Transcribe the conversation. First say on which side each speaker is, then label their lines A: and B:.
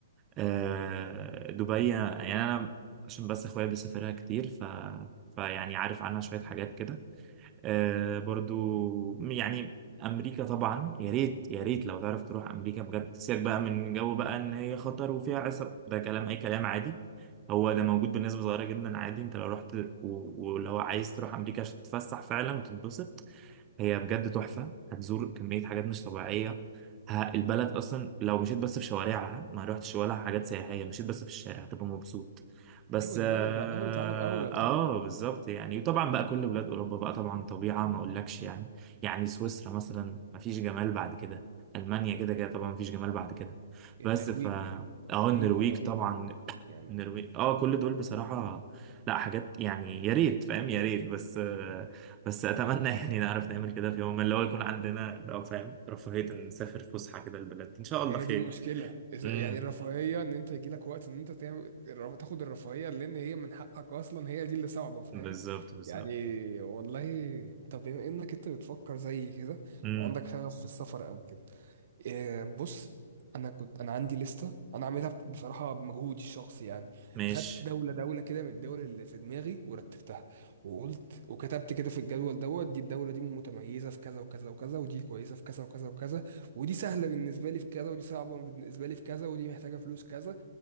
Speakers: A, on the right (about 25°); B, on the right (about 55°).
A: آه، دبي يعني انا عشان بس اخويا بيسافرها كتير ف فيعني عارف عنها شوية حاجات كده آه برضو يعني امريكا طبعا يا ريت يا ريت لو تعرف تروح امريكا بجد سيبك بقى من جو بقى ان هي خطر وفيها عصر ده كلام اي كلام عادي هو ده موجود بنسبة صغيرة جدا عادي انت لو رحت و- ولو عايز تروح امريكا عشان تتفسح فعلا وتتبسط هي بجد تحفة هتزور كمية حاجات مش طبيعية ه- البلد أصلا لو مشيت بس في شوارعها ما روحتش ولا حاجات سياحية مشيت بس في الشارع هتبقى مبسوط بس
B: ايوه دي
A: آه,
B: بلد دولة عالم اول
A: آه
B: طبعا
A: بالظبط يعني وطبعا بقى كل بلاد أوروبا بقى طبعا طبيعة ما أقولكش يعني يعني سويسرا مثلا ما فيش جمال بعد كده ألمانيا كده كده
B: ط-
A: طبعا ما فيش جمال
B: طبعا
A: بعد كده
B: النرويج
A: بس ف اه
B: رهيبة
A: النرويج
B: رهيبة
A: طبعا
B: يعني
A: النرويج اه كل دول بصراحة لا حاجات يعني يا ريت فاهم يا ريت بس آه، بس اتمنى <laughs> يعني نعرف نعمل كده في يوم ما اللي هو يكون عندنا كده، او فاهم رفاهية إن نسافر فسحة كده البلد دي. ان شاء
B: ما
A: الله
B: هي
A: خير
B: دي المشكلة إز-
A: امم
B: يعني الرفاهية ان انت يجيلك وقت ان انت تعمل الر- تاخد الرفاهية لان هي من حقك اصلا هي دي اللي صعبة فاهم
A: بالظبط بالظبط
B: يعني والله طب بما انك انت بتفكر زي كده
A: امم
B: وعندك شغف في السفر او كده إيه، بص انا كنت انا عندي لسته انا عاملها بصراحه بمجهودي الشخصي يعني
A: ماشي
B: خدت دوله دوله كده من الدول اللي في دماغي ورتبتها وقلت وكتبت كده في الجدول دوت دي الدوله دي متميزه في كذا وكذا وكذا ودي كويسه في كذا وكذا وكذا ودي سهله بالنسبه لي في كذا ودي صعبه بالنسبه لي في كذا ودي محتاجه فلوس كذا